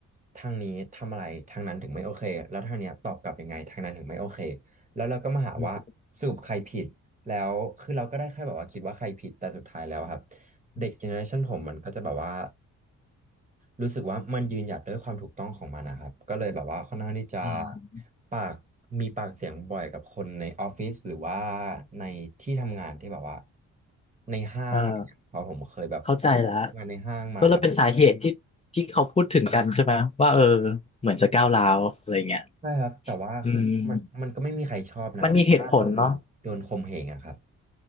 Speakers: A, on the right; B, on the left.
A: ทางนี้ทำอะไรทางนั้นถึงไม่โอเคแล้วทางเนี้ยตอบกลับยังไงทางนั้นถึงไม่โอเคแล้วเราก็มาหาว่าสรุปใครผิดแล้วคือเราก็ได้แค่แบบว่าคิดว่าใครผิดแต่สุดท้ายแล้วอะครับ
B: อืมอืม
A: เด็กเจเนอเรชันผมมันก็จะแบบว่า รู้สึกว่ามันยืนหยัดด้วยความถูกต้องของมันนะครับก็เลยแบบว่าค่อนข้างที่จะ
B: อืม
A: ปากมีปากเสียงบ่อยกับคนในออฟฟิศหรือว่าในที่ทำงานที่แบบว่าในห้างอะไรอย่างเงี้ยเพราะผมเคยแบบ
B: เออเข้าใจแล้ว
A: ทำงานในห้างมาครับ
B: ก็เลยเป็นสาเหตุที่ที่เขาพูดถึงกันใช่ไหม ว่าเออเหมือนจะก้าวร้าวอะไรเงี้ย
A: ใช่ครับแต่ว่าคือมันมันก็ไม่มีใครชอบนะครับถ้าเราโดนโดนข่มเหงอะครับ
B: อืมมันมีเหตุผลเนาะ